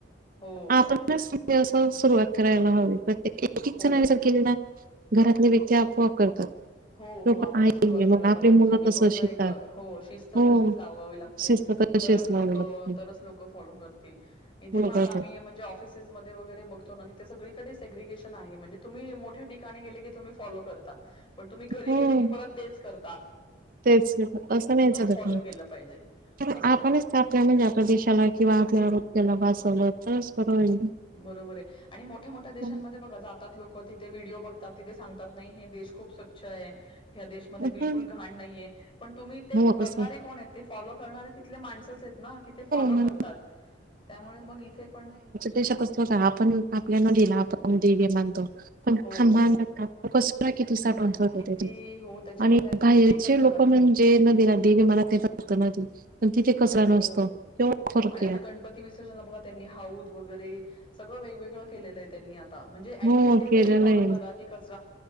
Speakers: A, on the left; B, on the right.
A: हो
B: आपणच म्हणजे अस सुरुवात करायला हवी प्रत्येक एक
A: हो.
B: जणांनी केली ना घरातले व्यक्ती आपोआप करतात.
A: हो हो
B: तो
A: आपणच
B: पण आहे
A: सुरुवात
B: मग
A: करायला
B: आपली
A: पाहिजे
B: मुलं
A: की
B: तसं
A: थोडस
B: शिकतात
A: एक हो शिस्त
B: हो
A: तशीच लावावी लागते.
B: शिस्त तशीच
A: तरच लोक
B: लावावी लागते
A: तरच लोक फॉलो करतील इथे
B: बघतात
A: पण आता आम्ही म्हणजे ऑफिसेस मध्ये वगैरे बघतो ना इथं सगळीकडे एग्रीकेशन आहे तुम्ही म्हणजे मोठी ठिकाणी गेले की फॉलो करतात. पण तुम्ही घरी
B: हम्म
A: गेले की परत तेच कर
B: तेच ना अस नाय चालत
A: फॉलो
B: म
A: केलं पाहिजे.
B: तरी
A: असं.
B: आपणच तर आपल्या म्हणजे आपल्या देशाला. किंवा आपल्या
A: हं.
B: आरोग्याला वाचवलं तरच बरं होईल.
A: बरोबर आहे. आणि मोठ्या मोठ्या देशांमध्ये
B: ना.
A: बघा जातात लोक. तिथे व्हिडिओ बघतात तिथे सांगत नाही हे देश खूप स्वच्छ आहे. ह्या देशमध्ये
B: हं,
A: बिलकुल घाण नाहीये पण तुम्ही ते
B: हो
A: करणारे
B: तस हो
A: कोण आहेत ते. फॉलो करणारे तिथले माणसच आहेत ना की ते फॉलो
B: ना.
A: करतात त्यामुळे मग इथे पण
B: तो
A: हं,
B: का आपण आपल्या नदीला
A: हं.
B: आपण देवी मानतो <unintelligible>
A: हो, हो. नाही किती हो त्याच्यामध्ये
B: आणि
A: किती
B: बाहेरचे
A: कचरा
B: लोक
A: टाकतात.
B: म्हणजे नदीला देवी मला ते वात नदी पण तिथे कचरा
A: हो.
B: नसतो केवढा फरक
A: हो आणि आता
B: आहे
A: गणपती विसर्जन बघा त्यांनी हाऊद वगैर वे सगळं वेगवेगळं केलेलं आहे त्यांनी आता म्हणजे
B: हो
A: टिस्ट ते
B: केलेलं
A: तरी फॉलो
B: आहे
A: करा की कचरा